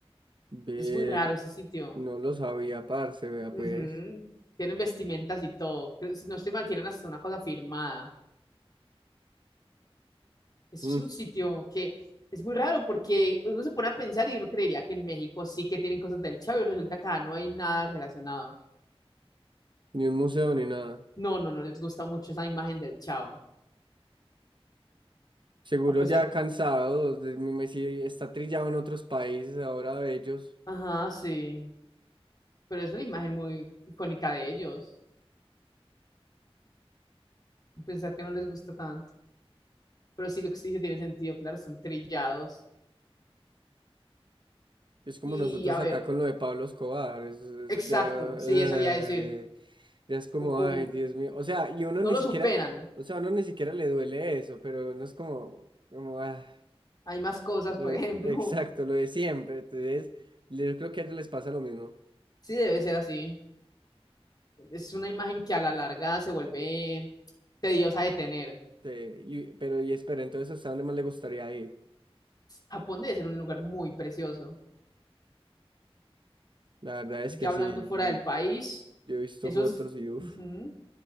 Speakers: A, on the right (about 50°); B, on the left (about 40°).
A: Ve,
B: Es muy raro
A: el-
B: ese sitio.
A: no lo sabía, parce, vea,
B: Ujú.
A: pues.
B: Tienen vestimentas y todo. Creo- si no estoy mal, tienen hasta una cosa firmada. Es
A: Mm,
B: un sitio que es muy raro porque uno se pone a pensar y uno creería que en México sí que tienen cosas del Chavo y resulta que acá no hay nada relacionado.
A: ni un museo ni nada.
B: No, no, no les gusta mucho esa imagen del Chavo.
A: Seguro
B: A pesar,
A: ya cansados, de- me me- sí, está trillado en otros países ahora de ellos.
B: ajá, sí, pero es una imagen muy icónica de ellos. Pensar que no les gusta tanto. Pero sí, lo que sí dice tiene sentido, claro, están trillados.
A: Es como
B: Y
A: nosotros
B: a ver,
A: acá con lo de Pablo Escobar. es- es-
B: exacto,
A: ya,
B: sí,
A: eh,
B: eso le iba a decir.
A: ya es como,
B: O con,
A: ay, Dios mío. O sea, y uno
B: no
A: ni
B: lo
A: siquiera,
B: superan.
A: o sea, a uno ni siquiera le duele eso, pero uno es como, como, ah.
B: Hay más cosas,
A: Lo
B: por
A: de-
B: ejemplo.
A: exacto,
B: <laughs>
A: lo de siempre. Entonces, yo creo que a ellos les pasa lo mismo.
B: Sí, debe ser así. es una imagen que a la larga se vuelve tediosa de tener.
A: Sí, y- pero, y espera, entonces, ¿hasta dónde más le gustaría ir?
B: Japón debe ser un lugar muy precioso.
A: La verdad es
B: Ya
A: que
B: hablando
A: sí,
B: fuera
A: yo,
B: del país,
A: yo he visto
B: esos
A: fotos
B: ujú,
A: y uff,